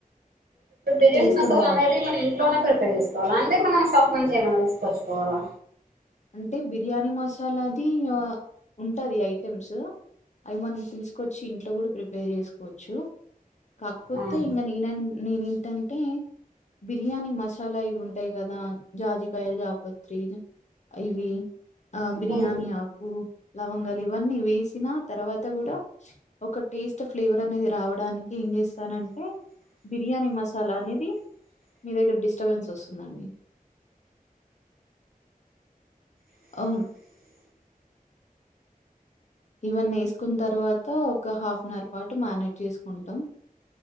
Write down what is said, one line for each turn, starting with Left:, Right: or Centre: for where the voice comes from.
Right: ఇప్పుడు బిర్యానీ
Left: టేస్ట్
Right: మసాలా
Left: బావుంటది.
Right: అనేది మనం ఇంట్లోనే ప్రిపేర్ చేకోవాలి అంటే మనం షాప్ మంచి ఏమ తీసుపచ్చుకోవాలా
Left: అంటే బిర్యానీ మసాలాది ఉంటది ఐటెమ్స్ అవి మనం తెలుసుకొచ్చి ఇంట్లో కూడా ప్రిపేర్ చేసుకోవచ్చు కాకపోతే
Right: ఆహా
Left: ఇంకా నేన నేనేంటంటే బిర్యానీ మసాలా ఇవి ఉంటాయి కదా జాజికయ జాపత్రిజ ఇవి ఆ బిర్యానీ
Right: ఉమ్.
Left: ఆకు లవంగాలు ఇవన్నీ వేసిన తర్వాత కూడా ఒక టేస్ట్ ఫ్లేవర్ అనేది రావడానికిం చేస్తానంటే బిర్యానీ మసాలా అనేది మీ దగ్గర డిస్టర్బెన్స్ వస్తుందండి అమ్ ఇవన్నీ వేసుకున్న తర్వాత ఒక హాఫ్ అన్ అవర్ పాటు మ్యారినేట్ చేసుకుంటాం